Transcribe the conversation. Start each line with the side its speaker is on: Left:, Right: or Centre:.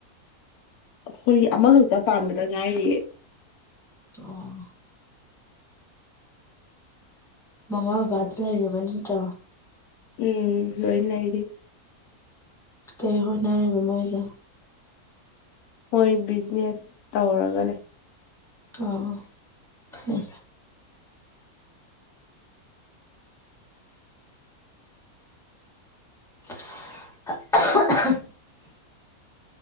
Left: ꯑꯩꯈꯣꯏꯒꯤ ꯑꯃꯈꯛꯇ ꯄꯥꯟꯕꯗ ꯉꯥꯏꯔꯤꯌꯦ
Centre: ꯑꯣ ꯃꯃꯥꯕꯨ ꯗ ꯂꯩ ꯂꯩꯔꯦꯕꯅꯤꯇꯣ
Left: ꯎꯝ ꯂꯣꯏꯅꯏꯗꯤ
Centre: ꯀꯩ ꯍꯣꯠꯅꯔꯤꯕ ꯃꯣꯏꯒ
Left: ꯃꯣꯏ ꯕꯤꯖꯤꯅꯦꯁ ꯇꯧꯔꯒ ꯂꯩ
Centre: ꯑ ꯐꯔ <unintelligible>